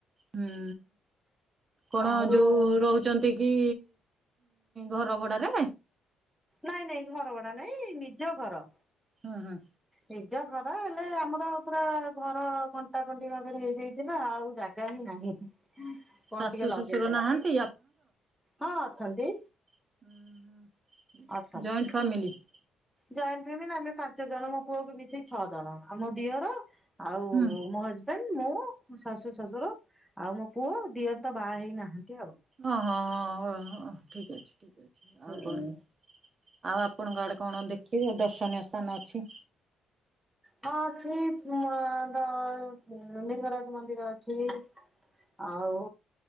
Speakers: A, on the right (about 25°); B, in the centre.
A: ହୁଁ କଣ
B: ଆଉ
A: ଯୋଉ ରହୁଚି ଛନ୍ତିକି ଘର ଭଡ଼ାରେ?
B: ନାଇଁ ନାଇଁ ଘର ଭଡ଼ା ନାଇଁ ନିଜ ଘର।
A: ହୁଁ ହୁଁ‌
B: ନିଜ ଘର ହେଲେ ଆମର ପୁରା ଘର କଣ୍ଟା କଣ୍ଟି ଭାବରେ ହେଇଯାଇଚିନା ଆଉ ଜାଗାହିଁ ନାହିଁ। କଣ
A: ଶାଶୁ
B: ଟିକେ ଲଗେଇଦେଲା
A: ଶ୍ୱଶୁର ନାହାନ୍ତି
B: ହଁ ଅଛନ୍ତି।
A: ଉଁ ହୁଁ Joint
B: ଅଛନ୍ତି।
A: family?
B: ଜଏଣ୍ଟ ଫ୍ୟାମିଲି ଆମେ ପାଞ୍ଚ ଜଣ ମୋ ପୁଅକୁୁ ମିଶେଇ ଛଅ ଜଣ ଆମ ଦିଅର ଆଉ
A: ହୁଁ
B: ମୋ ହଜବେଣ୍ଡ ମୁଁ ଶାଶୁ ଶଶୁର ଆଉ ମୋ ପୁଅ ଦିଅରେତ ବାହା ହେଇନାହାନ୍ତି ଆଉ।
A: ଓହଁ ହଁ ଠିକ୍ ଅଛି ଠିକ୍ ଅଛି
B: ହଁ
A: ଆଉ କଣ ଆଉ ଆପଣଙ୍କ ଆଡ଼େ କଣ ଦେଖିବେ ଦର୍ଶନୀୟ ସ୍ଥାନ ଅଛି?
B: ହଁ ଅଛି ପ ଉଁ ଲିଙ୍ଗରାଜ ମନ୍ଦିର ଅଛି। ଆଉ